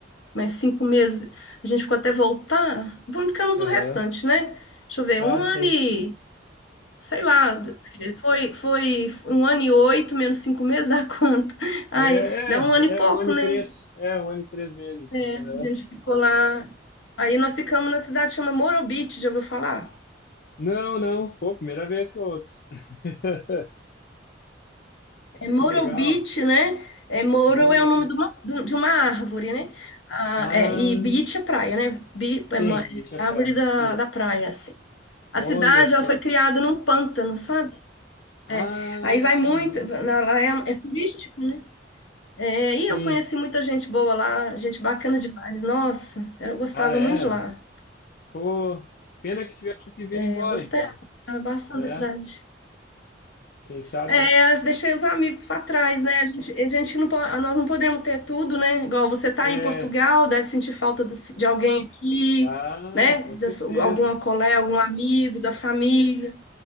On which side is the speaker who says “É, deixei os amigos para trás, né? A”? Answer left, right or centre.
Left